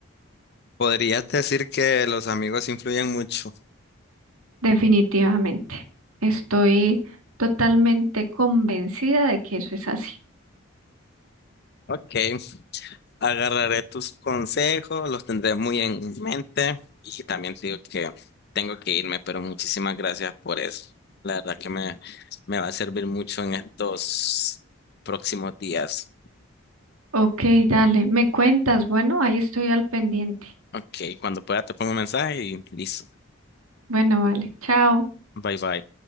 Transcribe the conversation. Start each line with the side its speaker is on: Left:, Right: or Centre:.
Left: Podrías decir que los amigos influyen mucho.
Right: definitivamente. Estoy totalmente convencida de que eso es así.
Left: Ok, agarraré tus consejos, los tendré muy en mente y también te digo que tengo que irme, pero muchísimas gracias por eso. La verdad que me, me va a servir mucho en estos próximos días.
Right: Ok, dale, me cuentas, bueno, ahí estoy al pendiente.
Left: Ok, cuando pueda te pongo un mensaje y listo.
Right: Bueno, vale, chao.
Left: Bye bye.